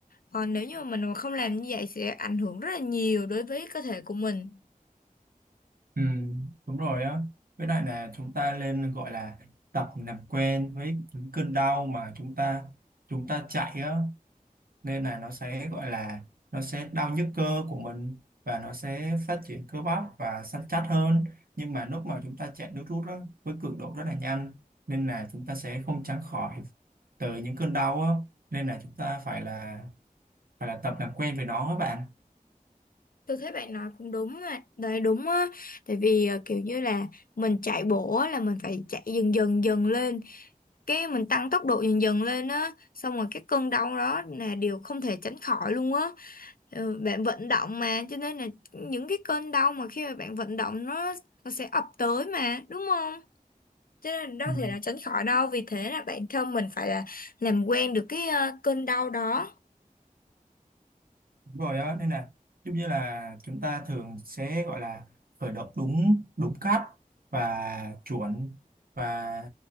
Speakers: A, on the left; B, on the right.
A: Còn nếu như mà mình mà không làm như vậy sẽ ảnh hưởng rất là nhiều đối với cơ thể của mình.
B: ừ, đúng rồi á với lại là chúng ta nên gọi là tập làm quen với những cơn đau mà chúng ta chúng ta chạy á nên là nó sẽ gọi là nó sẽ đau nhức cơ của mình và nó sẽ phát triển cơ bắp và săn chắc hơn nhưng mà lúc mà chúng ta chạy nước rút á, với cường độ rất là nhanh nên là chúng ta sẽ không tránh khỏi từ những cơn đau á nên là chúng ta phải là phải là tập làm quen với nó các bạn
A: Tôi thấy bạn nói cũng đúng mà, đấy đúng á, tại vì ờ, kiểu như là mình chạy bộ á, là mình phải chạy dần dần dần lên, cái mình tăng tốc độ dần dần lên á, xong rồi cái cơn đau đó là điều không thể tránh khỏi luôn á. Ờ, Bạn vận động mà, cho nên là những cái cơn đau mà khi mà bạn vận động nó nó sẽ ập tới mà, đúng không? cho nên đâu
B: Ừ.
A: thể nào tránh khỏi đâu Vì thế là bản thân mình phải là Làm quen được cái ờ, cơn đau đó
B: Đúng rồi đó nên là giống như là chúng ta thường sẽ gọi là khởi động đúng đúng cách và chuẩn và